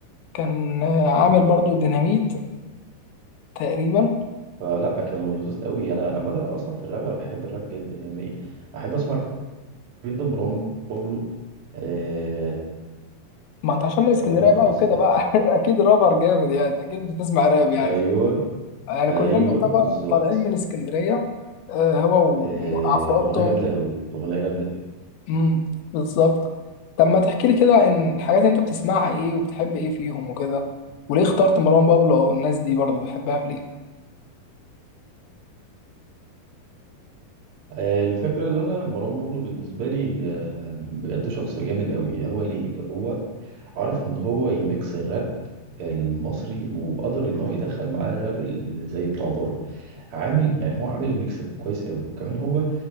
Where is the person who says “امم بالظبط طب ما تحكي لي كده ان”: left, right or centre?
Left